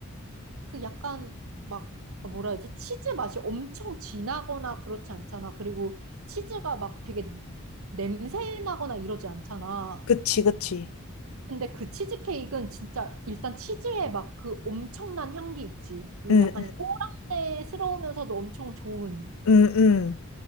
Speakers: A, on the right; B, on the left.
A: 그 약간 막 뭐라 해야지 치즈 맛이 엄청 진하거나 그렇지 않잖아. 그리고 치즈가 막 되게 냄새 나거나 이러지 않잖아.
B: 그치, 그치.
A: 근데 그 치즈케이크는 진짜 일단 치즈에 막 그 엄청난 향기 있지. 그
B: 응,
A: 약간 꼬랑내스러우면서도 엄청 좋은.
B: 응, 응. 응.